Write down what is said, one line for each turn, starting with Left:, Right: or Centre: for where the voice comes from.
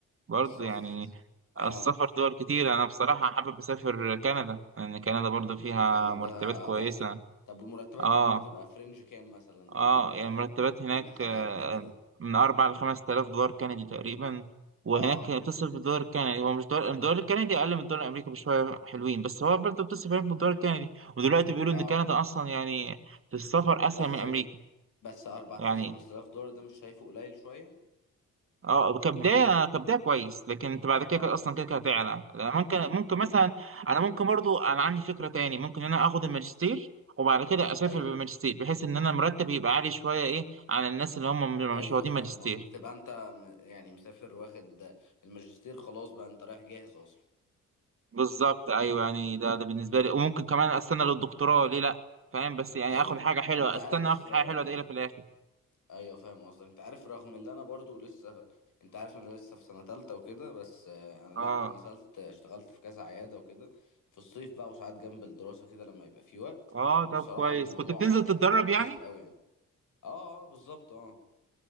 Right: برضه
Left: السفر
Right: يعني
Left: اه
Right: السفر دول كتير انا بصراحة حابب اسافر كندا لان كندا برضو فيها
Left: كندا
Right: مرتبات كويسة
Left: تحفة طب والمرتبات
Right: اه
Left: هناك بتبقى فرنج كام مثلا
Right: اه
Left: لل
Right: يعني المرتبات هناك
Left: لحالاتنا
Right: آه،
Left: كده
Right: من اربع لخمس تلاف دولار كندي تقريبا وهناك
Left: اه
Right: بتصرف بالدولار الكندي هو مش دولار الدولار الكندي اقل من الدولار الامريكي بشوية حلوين بس هو برضو بتصرف هناك بالدولار الكندي ودلوقتي بيقولوا
Left: اه
Right: ان كندا اصلا يعني في السفر اسهل
Left: بس
Right: من امريكا
Left: بس 4000
Right: يعني
Left: 5000 دولار ده مش شايفه قليل شوية
Right: اه كبدايه كبدايه كويس لكن انت بعد كده
Left: اه
Right: كده اصلا كده كده هتعلى لا، ممكن ممكن مثلا انا ممكن برضو انا عندي فكره تاني ممكن ان انا اخد الماجستير وبعد كده اسافر
Left: ايوه
Right: بالماجستير بحيث ان انا مرتب يبقى عالي شويه ايه عن الناس اللي هم م-
Left: ايوه
Right: مش واخدين
Left: فاهم
Right: ماجستير
Left: قصدك تبقى انت م- يعني مسافر واخد الماجستير خلاص بقى انت رايح جاهز اصلا
Right: بالظبط ايوه يعني ده ده بالنسبه
Left: امم
Right: لي وممكن كمان استنى للدكتوراه ليه لا فاهم بس يعني
Left: ايوه
Right: اخد حاجه حلوه
Left: انت عارف
Right: استنى اخد
Left: آه،
Right: حاجه حلوه دايره في الاخر
Left: ايوه فاهم قصدك انت عارف رغم اللي انا برضو لسه انت عارف انا لسه في سنة تالتة وكده بس آه، انا لا
Right: اه
Left: انا نزلت اشتغلت في كذا عيادة وكده في الصيف بقى وساعات جنب الدراسة كده لما يبقى في وقت
Right: اه طب
Left: بصراحة
Right: كويس
Left: الموضوع
Right: كنت بتنزل
Left: آه،
Right: تتدرب
Left: لذيذ
Right: يعني
Left: قوي يعني اه اه بالظبط اه